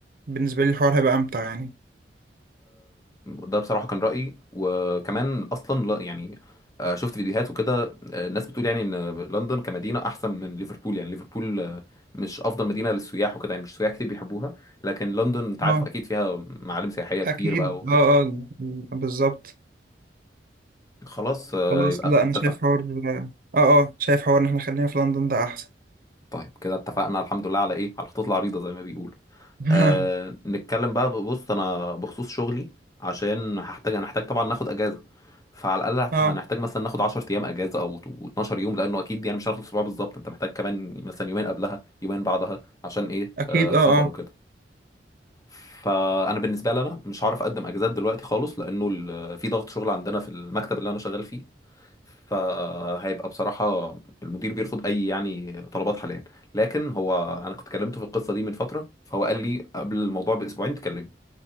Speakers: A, on the right; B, on the left.
A: بالنسبة لي الحوار هيبقى أمتع يعني
B: ده بصراحة كان رأيي وكمان أصلا لا يعني آه، شفت فيديوهات وكده آه، الناس بتقول يعني إن لندن كمدينة أحسن من ليفربول يعني ليفربول آه، مش أفضل مدينة للسياح وكده يعني مش سياح كتير بيحبوها لكن لندن أنت عارف
A: اه
B: أكيد فيها معالم سياحية كتير
A: أكيد
B: بقى وكده
A: اه اه بالظبط
B: خلاص آه،
A: خلاص
B: يبقى
A: لا
B: اتفقنا
A: أنا شايف حوار اه اه شايف حوار إن إحنا خلينا في لندن ده أحسن
B: طيب كده اتفقنا الحمد لله على إيه على الخطوط العريضة زي ما بيقولوا
A: <laughs>
B: آه نتكلم بقى بص انا بخصوص شغلي عشان هحتاج هنحتاج طبعا ناخد اجازه فعلى الاقل
A: اه
B: هنحتاج مثلا ناخد 10 ايام اجازه او 12 يوم لانه اكيد يعني مش هناخد اسبوع بالظبط انت محتاج كمان مثلا يومين قبلها يومين بعدها عشان ايه
A: أكيد
B: آه سفر
A: اه اه
B: وكده فانا بالنسبه لي انا مش هعرف اقدم اجازات دلوقتي خالص لانه ال- في ضغط شغل عندنا في المكتب اللي انا شغال فيه فهيبقى بصراحه المدير بيرفض اي يعني طلبات حاليا لكن هو انا كنت كلمته في القصه دي من فتره فهو قال لي قبل الموضوع باسبوعين تكلمني